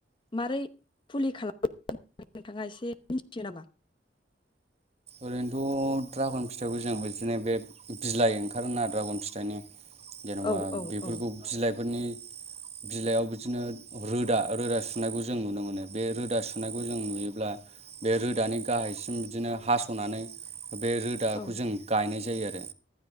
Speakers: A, on the left; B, on the right.
A: मारै फुलि खालामो नोंथाङा एसे मिथियो नामा?
B: ओरैनोथ' द्रागन फिथाइखौ जों बिदिनो बे बिलाइ ओंखारोना द्रागन फिथाइनि जेन'बा
A: औ औ
B: बेफोरखौ
A: औ
B: बिलाइफोरनि बिलाइयाव बिदिनो रोदा रोदा सुनायखौ जों नुनो मोनो बे रोदा सुनायखौ जों नुयोब्ला बे रोदानि गाहायसिम बिदिनो हा स'नानै बे रोदाखौ
A: औ
B: जों गायनाय जायो आरो।